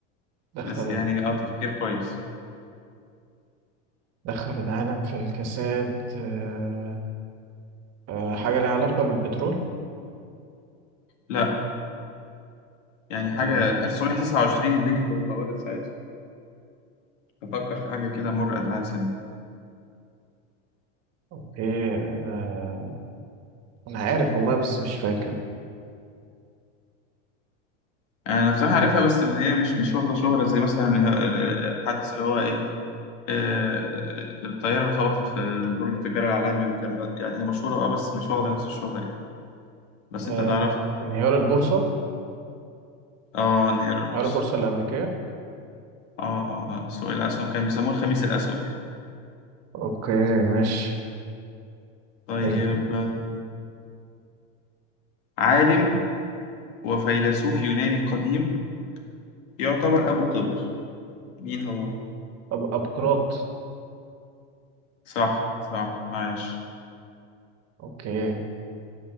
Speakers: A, on the right (about 45°); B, on the left (about 80°).
A: دخل
B: بس يعني اه تفكير كويس
A: دخل العالم في الكساد آه آه حاجة ليها علاقة بالبترول
B: لا يعني حاجة
A: آه
B: 1929 الدنيا كانت اتطورت ساعتها تفكر في حاجة كده مور ادفانسد
A: اوكي آه انا عارف والله بس مش فاكر
B: أنا بصراحة عارفها بس اللي هي مش مش واخدة شهرة زي مثلا ه- الحادث اللي هو إيه آه، الطيارة اللي خبطت في برج التجارة العالمي وكان بقى- يعني هي مشهورة أه بس مش واخدة نفس الشهرة يعني بس
A: آه
B: أنت تعرفها
A: انهيار البورصة
B: أه انهيار البورصة
A: انهيار البورصة الأمريكية
B: أه أه آه، سوق الأسهم كان بيسموه الخميس الأسود يعني
A: اوكي ماشي
B: طيب
A: حلو
B: آه، عالم وفيلسوف يوناني قديم يعتبر أبو الطب مين هو؟
A: أب أبقراط
B: صح صح عايش
A: اوكي